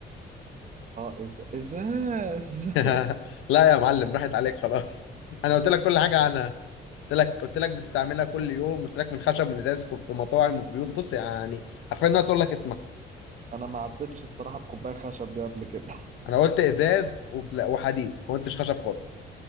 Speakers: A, on the right; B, on the left.
A: <laughs> اه إز- ازاز <laughs>
B: <laughs> لا يا معلم راحت عليك خلاص انا قلت لك كل حاجة عنها قلت لك قلت لك بتستعملها كل يوم قلت لك من خشب من ازاز في مطاعم وفي بيوت بص يعني عارفين الناس اقول لك اسمها
A: انا ما عدتش الصراحة بكوباية خشب دي قبل كده
B: انا قلت ازاز وبلا- وحديد ما قلتش خشب خالص